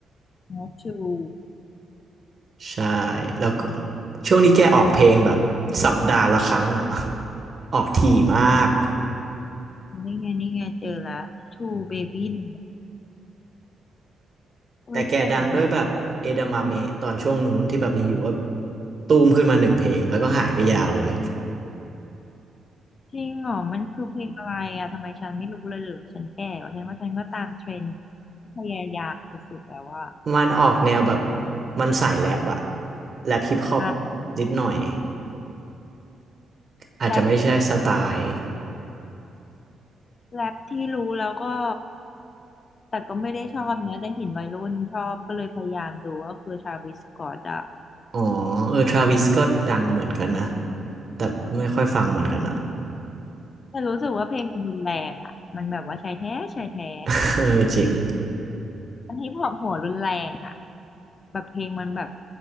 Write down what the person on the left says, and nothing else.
อ๋อ True
นี่ไงนี่ไงเจอแล้ว True Baby หนึ่งโอ้ยแก่มาก
จริงเหรอมันคือเพลงอะไรอ่ะทำไมฉันไม่รู้เลยหรือฉันแก่วะฉันว่าฉันก็ตามเทรนด์พยายามสุดๆแล้วว่า
อ่ะ
แรปที่ แรปที่รู้แล้วก็แต่ก็ไม่ได้ชอบนะแต่เห็นวัยรุ่นชอบก็เลยพยายามดูก็คือทราวิสสก็อตอะ
แต่รู้สึกว่าเพลงมันรุนแรงอะมันแบบว่าชายแท้ชายแท้
อันนี้พอปหัวรุนแรงอะแบบเพลงมันแบบ